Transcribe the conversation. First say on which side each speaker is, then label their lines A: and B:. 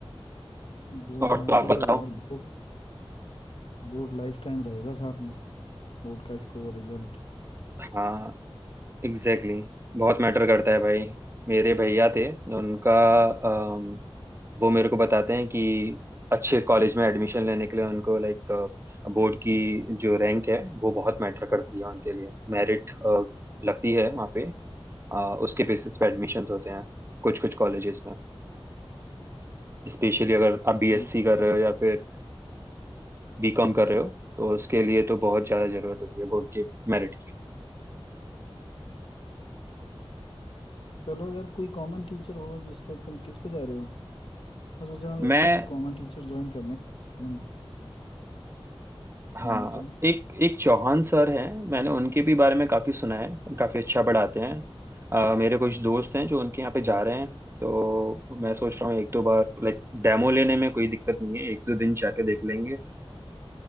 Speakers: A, on the left; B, on the right.
A: बोर्ड
B: और
A: हाँ
B: तो
A: सही
B: आप बताओ
A: कह रहे हो यार बोर्ड बोर्ड लाइफ टाइम रहेगा साथ में बोर्ड का स्कोर रिजल्ट
B: हाँ एग्जैक्टली exactly. बहुत मैटर करता है भाई मेरे भैया थे उनका अम, वो मेरे को बताते हैं कि अच्छे कॉलेज में एडमिशन लेने के लिए उनको लाइक बोर्ड की जो रैंक है वो बहुत मैटर करती है उनके लिए मेरिट लगती है वहाँ पे अ, उसके बेसिस पे एडमिशन्स होते हैं कुछ कुछ कॉलेजेस में स्पेशली अगर आप बीएससी
A: बिल्कुल
B: कर रहे हो या फिर बीकॉम कर रहे हो तो उसके लिए तो बहुत ज़्यादा ज़रूरत होती है बोर्ड के मेरिट की
A: चलो यार कोई कॉमन टीचर हो जिसपे तुम किस पे जा रहे हो मैं सोच रहा हूँ
B: मैं
A: एक कॉमन टीचर ज्वाइन कर लें कम से कम।
B: हाँ
A: हाँ बताओ
B: एक एक चौहान सर हैं मैंने उनके भी बारे में काफ़ी सुना है काफ़ी अच्छा पढ़ाते हैं अ, मेरे कुछ दोस्त हैं जो उनके यहाँ पे जा रहे हैं तो मैं सोच रहा हूँ एक दो बार लाइक डेमो लेने में कोई दिक्कत नहीं है एक दो दिन जाके देख लेंगे अ,